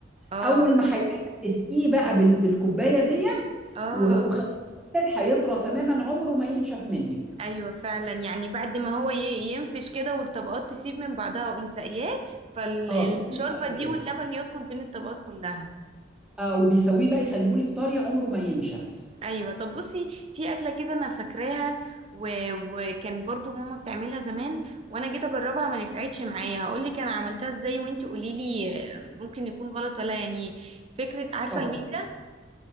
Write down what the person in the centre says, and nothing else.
اول ما هيعلى اسقيه بقى بال... بالكوبايه دي
و- وخليه هيطرى تماما عمره ما ينشف منك
اه تقومي سقياه
اه وبيسويه بقى يخليهولك طري عمره ما ينشف
اه